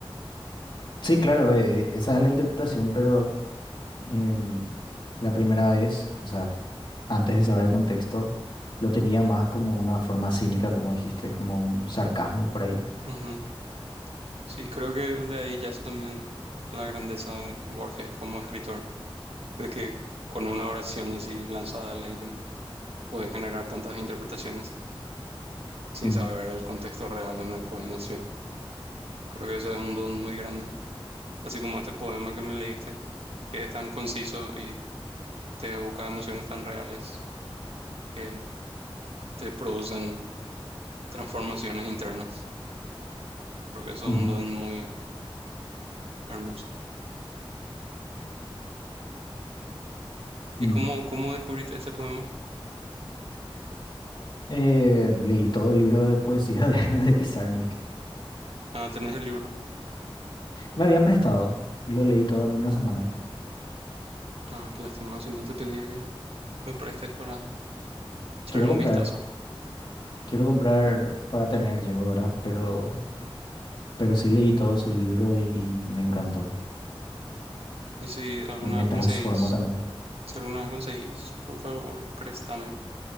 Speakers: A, on the left; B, on the right.
A: Sí, claro, eh, esa es la interpretación, pero em, la primera vez, o sea, antes de saber el contexto, lo tenía más como una forma cínica, como dijiste, como un sarcasmo por ahí.
B: Ujú. Sí, creo que de ahí yace también la grandeza de Borges como escritor, de que con una oración así lanzada al aire puede generar tantas interpretaciones sin
A: Mm,
B: saber el contexto real en el cual nació. Creo que eso es un don muy grande, así como este poema que me leíste, que es tan conciso y te evoca emociones tan reales que te producen transformaciones internas. Creo que eso
A: ujú,
B: es un don muy hermoso. ¿Y
A: mm.
B: cómo, cómo descubriste este poema?
A: Eh, leí todo el libro de poesía de, <laughs> de Pizarnik.
B: Ah, tenés el libro.
A: Me habían prestado y lo leí todo en una semana.
B: Ah, qué lástima, si no te pedía que me prestes para echarle
A: Quiero comprar,
B: un vistazo.
A: quiero comprar para tener yo, ¿verdad? Pero... Pero sí leí todo su libro y me encantó.
B: Y si alguna
A: Y me
B: vez
A: transformó
B: conseguís,
A: también.
B: si alguna vez conseguís, por favor, préstame.